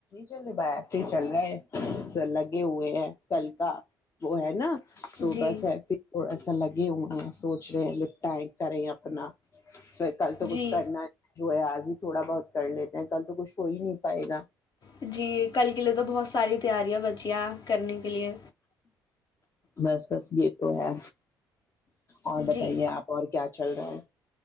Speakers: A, on the left; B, on the left.
A: چلے ب ایسے ہی چل رہا ہے لگے ہوئے ہیں کل کا وہ ہے نا تو
B: جی
A: بس ایسے تھ <unintelligible> لگے ہوئے ہیں سوچ رہے ہیں نپٹائیں کریں اپنا پھر کل تو کچھ
B: جی
A: کرنا ہے آج ہی تھوڑا بہت کر لیتے ہیں کل تو کچھ ہو ہی نہیں پائے گا
B: جی کل کے لیے تو بہت ساری تیاریا بچی گ کرنے کے لیے
A: بس بس یہ تو ہے اور بتائیے
B: جی
A: آپ اور کیا چل رہا ہے